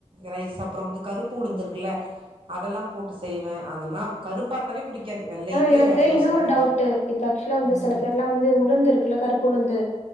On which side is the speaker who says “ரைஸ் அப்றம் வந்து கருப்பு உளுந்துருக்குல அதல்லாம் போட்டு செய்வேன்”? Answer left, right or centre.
Right